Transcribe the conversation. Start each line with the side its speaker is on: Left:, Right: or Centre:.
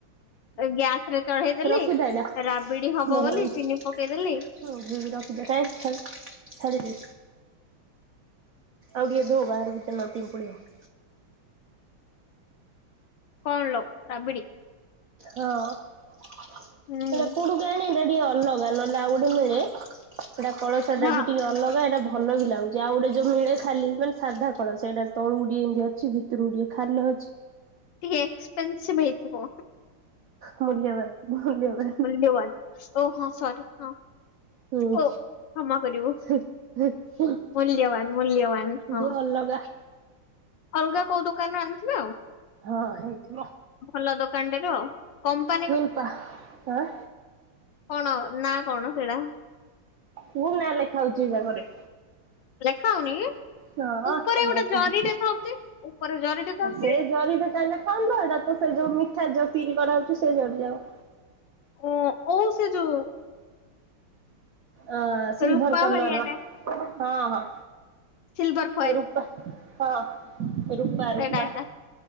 Left: ଗ୍ୟାସ ରେ ଚଢେଇଦେଲି
Right: ରଖିଥା ଏଇଟା,
Left: ରାବିଡି ହବ
Right: ଭଲ
Left: ବୋଲି
Right: ହେଇଚି।
Left: ଚିନି ପକେଇଦେଲି
Right: <unintelligible> କାଇଁ ଛା-ଛାଡ଼ିଦେ। ଆଉ ଟିକେ ଧୋ, ବାହରକୁ ଚାଲ ନହେଲେ ପିମ୍ପୁଡ଼ି ହବ।
Left: କଣ ଲୋ ରାବିଡ଼ି!
Right: ହଁ, ହେଟା
Left: ହୁଁ
Right: କୋଉଠୁ କେୟାଣି? ଟା ଟିକେ ଅଲଗା ନହେଲେ, ଆଉ ଗୋଟେ ମିଳେ, ସେଇଟା କଳସ ଟା
Left: ହଁ
Right: ବି ଟିକେ ଅଲଗା। ଏଟା ବ ଭଲ ବି ଲାଗୁଛି। ଆଉ ଗୋଟେ ଯୋଉ ମିଳେ ଖାଲି, ମାନେ ସାଧା କଳସ ସେଇଟା ତଳୁକୁ ଟିଏ ଏମିତି ଅଛି, ଭିତରୁକୁ ଟିକେ ଖାଲ ଅଛି।
Left: ଟିକେ ଏକ୍ସପେନସିଭ୍ ହେଇଥିବ।
Right: ମୂଲ୍ୟବାନ୍, ମୂଲ୍ୟହବାନ୍।
Left: ମୂଲ୍ୟବାନ ଓ ହଁ, ସରି ହଁ
Right: ହୁଁ।
Left: ଓ କ୍ଷମା କରିବୁ
Right: ହୁଁ, ହୁଁ, ହୁଁ
Left: ମୂଲ୍ୟବାନ ମୂଲ୍ୟବାନ ହଁ
Right: ଦିଅ ଅଲଗା।
Left: ଅଲଗା କୋଉ ଦୋକାନରୁ ଆଣିଥିବେ ଆଉ।
Right: ହଁ ହେଇଥିବ
Left: ଭଲ ଦୋକାନଟା ରୁ ଆଉ। କମ୍ପାନୀ
Right: ହେମ୍ପା।
Left: କ
Right: ଆଁ।
Left: କଣ ନା କଣ ସେଇଡା?
Right: ମୁଁ ନାଁ ଲେଖା ହଉଛି ବାଗରେ।
Left: ଲେଖା ହଉନି କି?
Right: ହଁ
Left: ଉପରେ
Right: ମାଟି
Left: ଗୋଟେ ଜରିଟେ
Right: କ
Left: ଥାଉଛି। ଉପରେ ଜରିଟେ ଥାଉଛି।
Right: ସେ ଜରିରେ ତା, ହେଲେ ଥାନ୍ତା। ଏଇଟା ତ ସେ ଯୋଉ ମିଠା ଯୋଉ ସିଲ୍ କରାହଉଛି, ସେଇ ଜରିଯାକ।
Left: ଓଃ, ଓ ସେ ଯୋଉ
Right: ଅ ସିଲ୍ଭର
Left: ରୂପା
Right: କଲର୍
Left: ଭଳିଆ
Right: ର।
Left: ଟା
Right: ହଁ, ହଁ,
Left: ସିଲଭର ଫଏଲ
Right: ରୁପା ହଁ। ରୂପା ରୂପା
Left: ସେଇଟା ଏଟା।